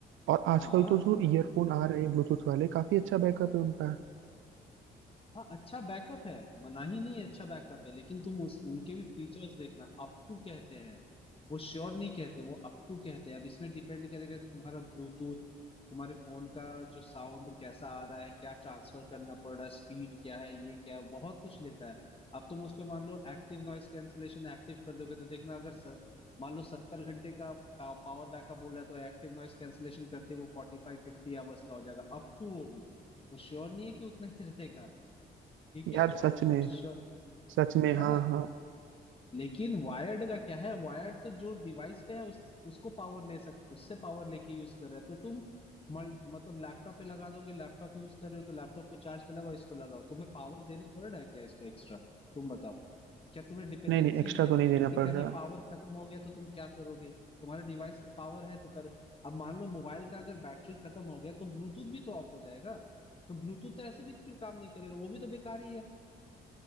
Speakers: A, on the right; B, on the left.
A: और आजकल
B: हाँ
A: तो जो ईयरफोन आ रहे हैं ब्लूटूथ वाले काफी अच्छा बैकअप है उनका
B: हाँ अच्छा बैकअप है मना ही नहीं है, अच्छा बैकअप है लेकिन तुम उस उनके भी फीचर्स देखना अप टू कहते हैं वो श्योर नहीं कहते वो अप टू कहते हैं अब इसमें डिपेंड करेगा तुम्हारा ब्लूटूथ तुम्हारे फोन का जो साउंड कैसा आ रहा है क्या ट्रांसफर करना पड़ रहा है स्पीड क्या है ये क्या है बहुत कुछ लेता है अब तुम उस पे मान लो एक्टिव नॉइस कैंसिलेशन एक्टिव कर दोगे तो देखना अगर स, मान लो सत्तर घंटे का पा, पावर बैकअप बोल रहा है तो एक्टिव नॉइस कैंसिलेशन करते ही वो फोर्टी फाइव फिफ्टी आवर्स का हो जाएगा अप टू वो भी वो श्योर नहीं है कि उतना ही <laughs> रहेगा ठीक है
A: यार सच
B: वो
A: में
B: श्योर
A: सच में हाँ
B: है ना
A: हाँ
B: लेकिन वायर्ड का क्या है वायर्ड तो जो डिवाइस पे है उस उसको पावर ले सक उससे पावर लेके यूज कर रहा है तो तुम मल, मतलब लैपटॉप पे लगा दोगे लैपटॉप यूज कर रहे हो तो लैपटॉप को चार्ज पे लगाओ इसको लगाओ तुम्हें पावर देना पड़ रहा है क्या इसको एक्स्ट्रा तुम बताओ क्या तुम्हें डिपेंडेंसी
A: नहीं नहीं एक्स्ट्रा
B: है
A: तो नहीं देना
B: कि
A: पड़
B: कहीं
A: रहा
B: पावर खत्म हो गया तो तुम क्या करोगे तुम्हारे डिवाइस पे पावर है तो कर अब मान लो मोबाइल का अगर बैटरी खत्म हो गया तो ब्लूटूथ भी तो ऑफ हो जाएगा तो ब्लूटूथ तो ऐसे भी फिर काम नहीं करेगा वो भी तो बेकार ही है